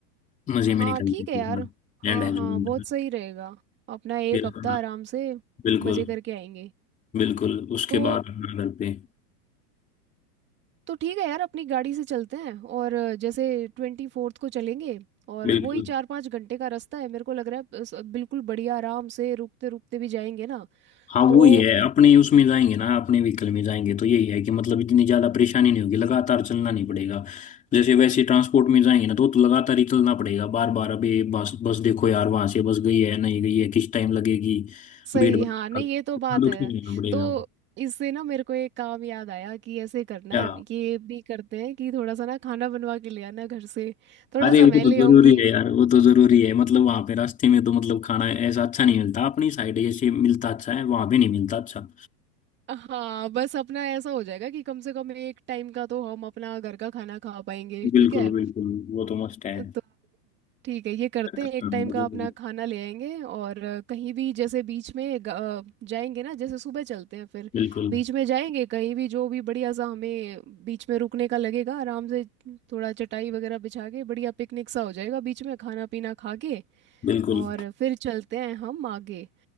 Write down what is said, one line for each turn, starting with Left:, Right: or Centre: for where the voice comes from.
Left: मजे
Right: हाँ
Left: में निकल
Right: ठीक
Left: जाएंगे
Right: है यार हाँ
Left: एंड हैप्पी
Right: हाँ बहुत सही रहेगा अपना एक
Left: बिल्कुल
Right: हफ्ता आराम से
Left: बिल्कुल
Right: मजे करके आएंगे
Left: बिल्कुल उसके
Right: तो
Left: बाद अपना घर पे
Right: तो ठीक है यार अपनी गाड़ी से चलते हैं और अ, जैसे ट्वेंटी फोर्थ को चलेंगे और
Left: बिल्कुल
Right: वही चार पाँच घंटे का रास्ता है मेरे को लग रहा है अ, स- बिल्कुल बढ़िया आराम से रुकते रुकते भी जाएंगे ना
Left: हाँ
Right: तो
Left: वो ही है अपने उसमें जाएंगे ना अपने व्हीकल में जाएंगे तो यही है कि मतलब इतनी ज्यादा परेशानी नहीं होगी लगातार चलना नहीं पड़ेगा जैसे वैसे ट्रांसपोर्ट में जाएंगे ना तो, तो लगातार ही चलना पड़ेगा बार बार अभी बस बस देखो यार वहां से बस गई है नहीं गई है किस टाइम लगेगी
Right: सही
Left: भीड़ भड़का
Right: हाँ नहीं ये तो
Left: इतना
Right: बात
Left: तो
Right: है
Left: ठीक रहना पड़ेगा
Right: तो इससे ना मेरे को एक काम याद आया कि ऐसे करना
Left: क्या
Right: ये भी करते हैं कि थोड़ा सा ना खाना बनवा के ले आना घर से थोड़ा
Left: अरे
Right: सा
Left: वो
Right: मैं
Left: तो
Right: ले
Left: जरूरी
Right: आऊंगी
Left: है यार वो तो जरूरी है मतलब वहां पे रास्ते में तो मतलब खाना ऐसा अच्छा नहीं मिलता अपनी साइड जैसे मिलता अच्छा है वहां पे नहीं मिलता अच्छा
Right: हाँ बस अपना ऐसा हो जाएगा कि कम से कम एक टाइम का तो हम अपना घर का खाना खा पाएंगे
Left: बिल्कुल
Right: ठीक है
Left: बिल्कुल वो तो मस्त है
Right: तो ठीक है ये करते
Left: हम्म,
Right: हैं एक टाइम का अपना खाना ले आएंगे और अ, कहीं भी जैसे बीच में ग- अ, जाएंगे ना जैसे सुबह चलते हैं फिर
Left: बिल्कुल
Right: बीच में जाएंगे कहीं भी जो भी बढ़िया सा हमें बीच में रुकने का लगेगा आराम से थोड़ा चटाई वगैरह बिछा के बढ़िया पिकनिक सा हो जाएगा बीच में खाना पीना खा के
Left: बिल्कुल
Right: और फिर चलते हैं हम आगे